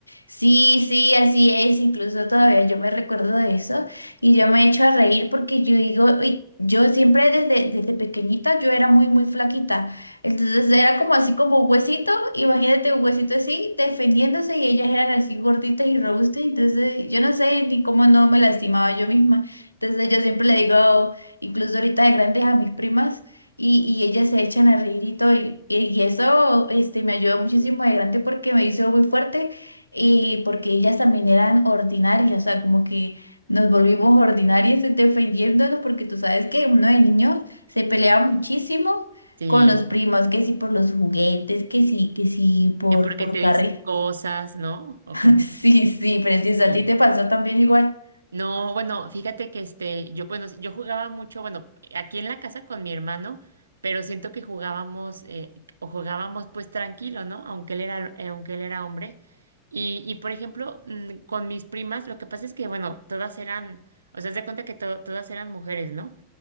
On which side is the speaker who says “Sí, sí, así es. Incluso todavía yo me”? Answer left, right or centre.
Left